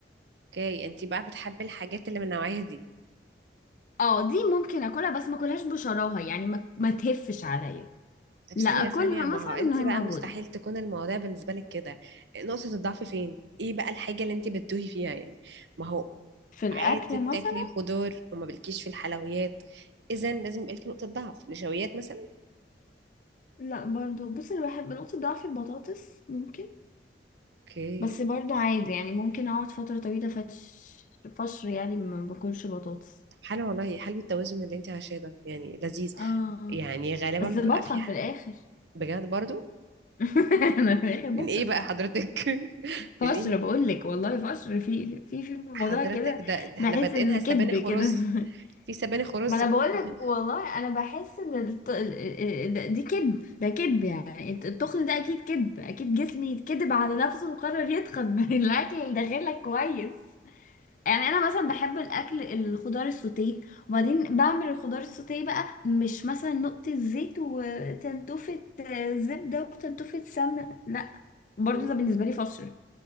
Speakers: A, on the right; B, on the left.
A: اوكي انت بقى بتحبي الحاجات اللي من النوعيه دي
B: اه دي ممكن اكلها بس ما اكلهاش بشراهة يعني ما, ما تهفش عليا
A: طب
B: لا
A: ثانيه
B: اكلها
A: ثانيه ما
B: مثلا
A: هو انت
B: ان هي
A: بقى
B: موجودة
A: مستحيل تكون المواضيع بالنسبه لك كده نقطه الضعف فين ايه بقى الحاجه اللي انت بتتوهي فيها يعني ما هو
B: في الاكل
A: عادي بتاكلي
B: مثلا
A: خضار وما بلكيش في الحلويات اذا لازم يبقى لك نقطه ضعف نشويات مثلا
B: لا برضو بص انا بحب نقطة ضعف البطاطس ممكن
A: اوكي
B: بس
A: بطاطس
B: برضو عادي يعني ممكن اقعد فترة طويلة فش فشر يعني ما باكلش بطاطس
A: طب حلو والله حلو التوازن اللي انت عايشاه ده يعني لذيذ
B: اه
A: يعني غالبا
B: بس
A: بيبقى
B: بتخن
A: في حد
B: في الاخر
A: بجد برضو
B: <laughs> انا في الاخر بتخن
A: من ايه بقى حضرتك <laughs> من
B: فشر
A: ايه
B: بقول لك والله فشر في في في موضوع
A: حضرتك
B: كده
A: ده, ده احنا
B: بحس
A: بادئينها
B: ان كدب
A: سبانخ
B: كده
A: ورز
B: <laughs>
A: في سبانخ ورز
B: ما انا
A: في
B: بقولك
A: البيت
B: والله
A: <laughs>
B: انا بحس ان الت... ال- ال- ال- دي كذب ده كذب يعني الت- التخن ده اكيد كذب اكيد جسمي يتكذب على نفسه وقرر يتخن <laughs> من الاكل اللي داخلك كويس يعني انا مثلا بحب الاكل الخضار السوتيه وبعدين بعمل الخضار السوتيه بقى مش مثلا نقطة زيت وتنتوفة آه، زبدة وتنتوفة سمنة لا برضو
A: مم.
B: ده بالنسبة لي فشل